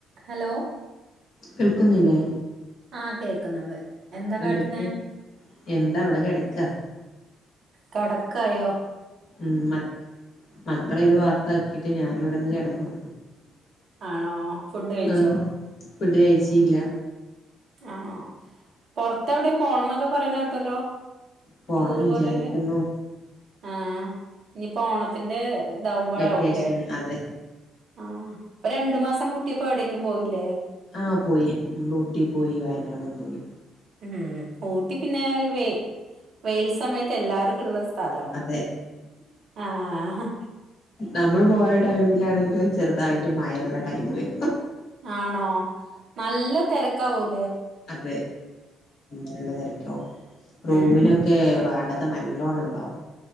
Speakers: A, on the right; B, on the left.
A: Hello
B: കേൾക്കുന്നില്ലേ?
A: ആഹ് കേക്കുന്നുണ്ട് എന്താ
B: ന്നെ
A: കാട്ടുന്നേ
B: എന്തൊക്കെ? എന്താവിടെ കിടക്കാ
A: കടക്കായോ
B: ഉം മക്ക് മക്കളൊ ഒരു വാത്ത ആക്കിട്ട് ഞാന് ഇവിടെന്ന് കിടന്നു
A: ആണോ ഫുഡ് കഴിച്ചോ
B: ആഹ് ഫുഡ് കഴിച്ചീല
A: ആണോ പൊറത്തെവിടെ പോണം ന്നൊക്കെ പറയണെ കേട്ടല്ലോ
B: പോണം
A: ടൂറ്
B: വിചാരിക്കുന്നു
A: പോലെയൊക്കെ ആഹ് ഇനിയിപ്പോ ഓണത്തിന്റെ ഇതാഉമ്പോഴാവൂല്ലേ
B: വെക്കേഷൻ അതെ
A: ആഹ് ഇപ്പ രണ്ടു മാസം പൂട്ടിയപ്പോ എവിടേക്കും പോയില്ലേ?
B: ആഹ് പോയി മ്മള് ഊട്ടി പോയി വയനാടും പോയി.
A: ഉം ഊട്ടി പിന്നെ ഒരു വെ വെയിൽ സമയത്ത് എല്ലാർക്കും ഉള്ള സ്ഥലാണ്
B: അതെ
A: ആഹ്
B: നമ്മള് പോയ ടൈമിലാണെങ്കില് ചെറുതായിട്ട് മഴയുള്ള ടൈംമുമായിരുന്നു
A: ആണോ നല്ല തിരക്കാവും
B: അതെ നല്ലതിരക്കാവും റൂമിനൊക്കെ
A: ഉം
B: വാടക നല്ലോണം ഇണ്ടാവും